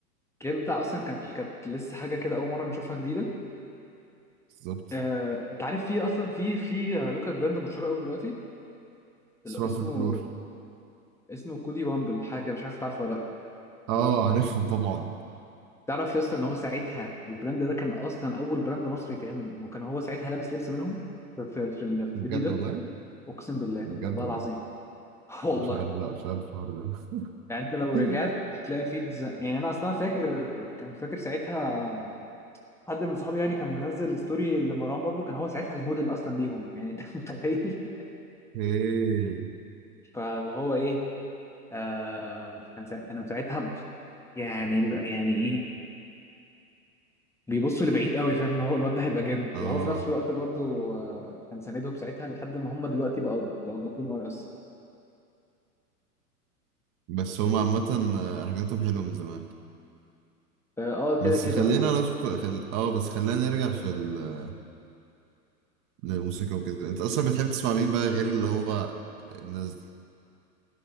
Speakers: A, in the centre; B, on the right.
A: الكليب بتاعها اصلا كانت كانت لسه حاجه كده اول مره نشوفها جديده
B: بالظبط
A: آه... انت عارف في اصلا في في لوكال براند مشهور قوي دلوقتي اللي
B: اسمها
A: اسمه
B: فولكلور
A: اسمه كودي وامبل حاجه مش عارف تعرفه ولا لا
B: اه عارفهم طبعا
A: تعرف يا اسطى ان هو ساعتها البراند ده كان اصلا اول براند مصري يتعمل وكان هو ساعتها لابس لبس منهم في في, في ال- في
B: بجد
A: الفيديو ده
B: والله
A: اقسم بالله
B: بجد
A: والله
B: والله
A: العظيم <laughs> والله
B: مش عارف لا مش عارف الحوار ده
A: يعني انت لو
B: <laughs>
A: رجعت هتلاقي فيد ز- يعني انا اصلا فاكر كان فاكر ساعتها حد من صحابي يعني كان منزل ستوري لمروان بابلو كان هو ساعتها الموديل اصلا ليهم يعني انت <laughs> متخيل
B: اوكي
A: فاللي هو ايه آه كان سا... كان ساعتها ب- يعني ال- يعني ايه بيبصوا لبعيد قوي فاهم ان هو الواد ده هيبقى جامد
B: اه
A: وهو في نفس الوقت برضو آه كان ساندهم ساعتها لحد ما هم دلوقتي بقوا بقوا جامدين قوي اصلا
B: بس هما عامة آه، حاجاتهم حلوة من زمان
A: اه
B: بس
A: كده كده
B: خلينا
A: اه
B: ندخل خل... اه بس خلينا نرجع في ال... للموسيقى وكده انت اصلا بتحب تسمع مين بقى غير اللي هو الناس دي